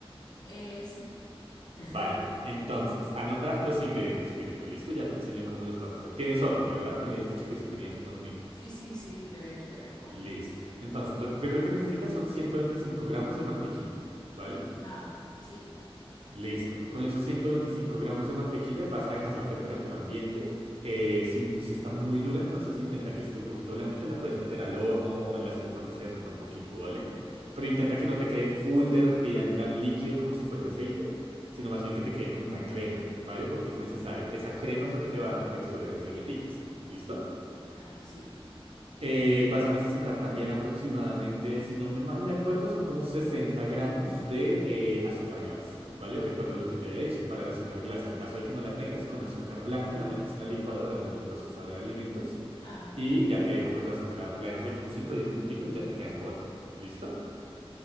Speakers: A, on the left; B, on the right.
A: Eh, sí. <laughs>
B: Vale. Entonces, anota los ingredientes primero. Listo, ya te enseño cómo los vas a hacer. Tienes horno, ¿verdad? Me habías dicho que sí tenías un hornito.
A: Sí, sí, sí, sí, te había dicho que tengo uno.
B: Listo. Entonces, lo que primero que necesitas son 125 gramos de mantequilla, ¿vale?
A: Ah, Sí.
B: Listo. Con esos 125 gramos de mantequilla vas a dejar la temperatura ambiente. Eh, si, si está muy dura, entonces intenta que esté un poquito blandita, la puedes meter al horno o en la estufa que se derrita un poquito, ¿vale? Pero intenta que no te quede full derretida en plan líquido como si fuese aceite, sino más bien que te quede como una crema, ¿vale? Porque es necesario. Esa crema es lo que te va a dar la textura de las galletitas. ¿Listo?
A: Ajá, sí.
B: Eh, vas a necesitar también aproximadamente, si no me mal de acuerdo, son como 60 gramos de eh, azúcar glass, ¿vale? Recuerda lo que te había dicho, para el azúcar glass, en caso de que no la tengas, con azúcar blanca la metes en la licuadora o en tu procesadora de alimentos
A: Ajá.
B: y ya te deja pues la azúcar, la dejas ahí como 5 o 10 minuticos y ya te queda en polvo, ¿listo?